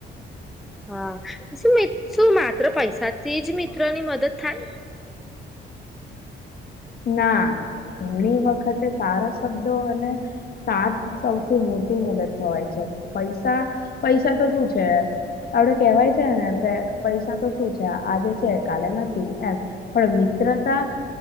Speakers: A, in the centre; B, on the left.
A: હા, શું શું માત્ર પૈસાથી જ મિત્ર ની મદદ થાય?
B: ના, ઘણી વખતે સારા- -શબ્દો અને સાથ સૌથી મોટી મદદ થવાય છે. પૈસા, પૈસા તો શું છે? આપડે કેવાય છે ને, પૈસા તો શું છે? આજે છે કાલે નથી એમ. પણ, મિત્રતા-